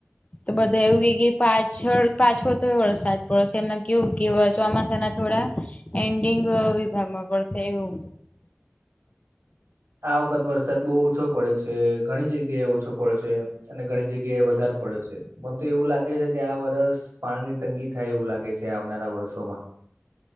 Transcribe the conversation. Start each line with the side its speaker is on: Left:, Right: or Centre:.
Left: તો બધા એવું કે પાછળ પાછો તો વરસાદ પડશે એમમાં કેવું કેવાય ચોમાસા ના થોડા એન્ડિંગ વિભાગમાં પડશે એવું
Right: આ વખત વરસાદ બહુ ઓછો પડે છે ઘણી જગ્યાએ ઓછો પડે છે. અને ઘણી જગ્યા એ વધારે પડ્યો છે મને તો એવું લાગે છે કે આ વરસ પાણી ની તંગી થાય એવું લાગે છે આવનારા વર્ષોમાં